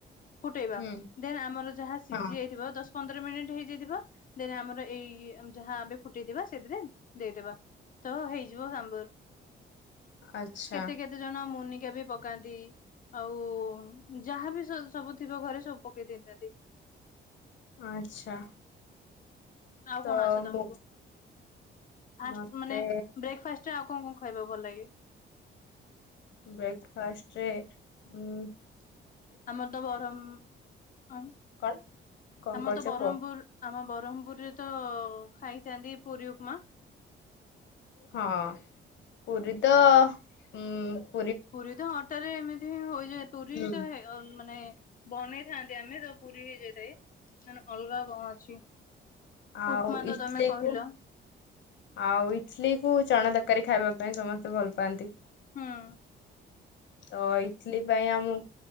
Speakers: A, on the left (about 45°); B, on the left (about 70°).
A: ଫୁଟେଇବା
B: ହୁଁ
A: ଦେନ୍ ଆମର ଯାହା ସିଝି
B: ହଁ
A: ଯାଇଥିବ ତ ଦଶ ପନ୍ଦର ମିନିଟ ହେଇଯାଇଥିବ ଦେନ ଆମର ଏଇ ଯାହା ଆବେ ଫୁଟେଇଥିବା ସେଥିରେ ଦେଇଦବା ତ ହେଇଯିବ ସାମ୍ବର।
B: ଆଚ୍ଛା
A: କେତେ କେତେ ଜଣ ମୁନି ଟିକ ବି ପକାନ୍ତି ଆଉ ଯାହାବି ସବୁ ଥିବ ଘରେ ସବୁ ପକେଇ ଦେଇଥାନ୍ତି।
B: ଆଚ୍ଛା।
A: ଆଉ
B: ତ
A: କଣ ଆସେ ତମକୁ
B: ମୁଁ
A: ଫାଷ୍ଟ
B: ମତେ
A: ମାନେ ବ୍ରେକଫାଷ୍ଟ ଆଉ କଣ କଣ ଖାଇବାକୁ ଭଲ ଲାଗେ।
B: ବ୍ରେକଫାଷ୍ଟରେ ଉ
A: ଆମର ତ ବରହମ ହଁ
B: କଣ
A: <inaudible>
B: କଣ
A: ଆମର
B: କହୁଛ
A: ତ ବରହମପୁର
B: କୁହ?
A: ଆମ ବ୍ରହ୍ମପୁରରେ ତ ଖାଇଥାନ୍ତି ପୁରୀ ଉପମା
B: ହଁ ପୁରୀ ତ ଉଁ
A: ପୁରୀ ତ ଅଟାରେ ଏମିତି ହୁଇ ଯେ ପୁରୀ
B: ହୁଁ
A: ତ ହେ ମାନେ ବନେଇଥାନ୍ତି ଆମେ ତ ପୁରୀ ହେଇଯାଇଥାଏ ଅଲଗା କଣ ଅଛି।
B: ଆଉ
A: ଉପମା ତ
B: ଇଟଲି
A: ତମେ କହିଲ
B: କୁ <inaudible> ଆଉ ଇଟଲି କୁ ଚଣା ତରକାରୀ ଖାଇବା ପାଇଁ ସମସ୍ତେ ଭଲ ପାଆନ୍ତି। <inaudible>
A: ହୁଁ।
B: ତ ଇ କାଲି ପାଇଁ ଆମ